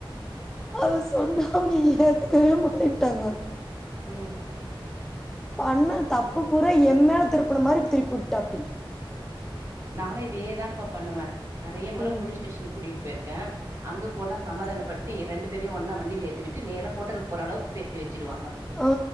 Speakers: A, in the centre; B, on the right.
A: அத சொன்ன அவங்க ஏத்துக்கவே மாட்டேன்டாங்க
B: ம்
A: பண்ண தப்பு பூற எம் மேல திருப்புன மாரி திருப்பி விட்டுடாப்டி
B: நானு இதேதாப்பா பண்ணுவே நெறைய முற
A: ம்
B: போலீஸ் ஸ்டேஷன்க்கு கூட்டிட்டு போயிருக்கே அங்க போனா சமாதானப்படுத்தி ரெண்டு பேரயு ஒன்னா வண்டில ஏத்திவிட்டு நேர ஹோட்டலுக்கு போற அளவுக்கு பேசி வச்சிடுவாங்க
A: ஆ